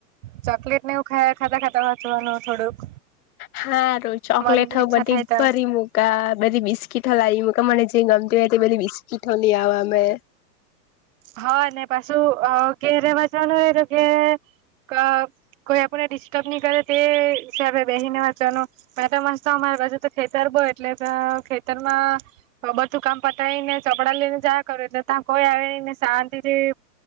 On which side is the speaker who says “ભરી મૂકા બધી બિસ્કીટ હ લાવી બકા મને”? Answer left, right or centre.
Left